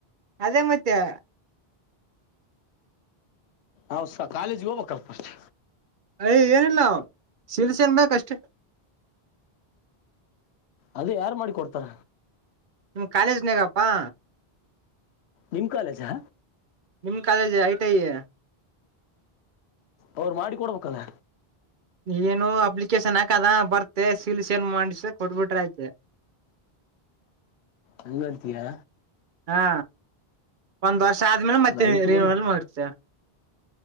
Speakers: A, on the right; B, on the left.
A: ಅದೇ ಮತ್ಯಾ..
B: ಹೌಸರ್ ಕಾಲೇಜಿಗೆ ಹೋಗಬೇಕಲ್ಲ ಫಸ್ಟ್
A: ಅಯ್ ಏನಿಲ್ಲ ಶಿಲ್ಸೆ ಅನ್ ಬಕ್ ಅಷ್ಟೇ
B: ಅದ ಯಾರ್ ಮಾಡಿ ಕೊಡ್ತಾರ
A: ನಿಮ ಕಾಲೇಜ್ನಗಪ್ಪಾ
B: ನಿಮ್ ಕಾಲೇಜಾ...
A: ನಿಮ್ ಕಾಲೇಜ್ ಐ ಟಿ ಐ
B: ಅವರು ಮಾಡಿ ಕೊಡ್ಬೇಕಲ್ಲ
A: ನೀನು ಅಪ್ಲಿಕೇಶನ್ ಹಾಕದ ಬರ್ತೆ ಸೀಲ್ ಸೈನ್ ಮಾಡಸಿ ಕೊಟ್ಬಿಟ್ರಐತೆ..
B: ಹಂಗಂತೀಯಾ
A: ಹಾ.. ಒಂದು ವರ್ಷ ಒಂದ ವರ್ಷ ಆದ್ಮೇಲೆ ಮತ್ತೆ
B: ಅದ್ ಐತ್
A: ರಿನೀವಲ್
B: ಬಿಡ್
A: ಮಾಡ್ತಿದ್ಯಾ